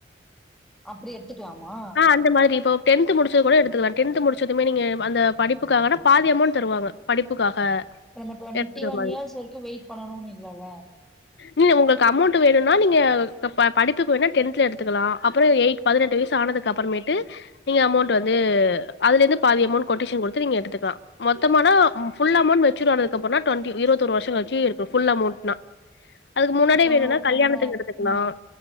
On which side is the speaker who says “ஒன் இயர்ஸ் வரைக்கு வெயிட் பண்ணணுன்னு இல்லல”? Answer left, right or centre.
Centre